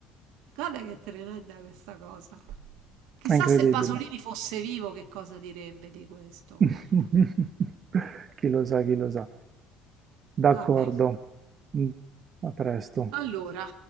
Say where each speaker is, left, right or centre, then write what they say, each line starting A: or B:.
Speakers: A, on the right; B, on the right.
A: Guarda che tremenda questa cosa. Chissà
B: È incredibile.
A: se Eh. Pasolini fosse vivo che cosa direbbe di questo, guarda.
B: <laughs> Chi lo sa, chi lo sa. D'accordo.
A: Vabbè.
B: Mm, A presto.
A: Allora,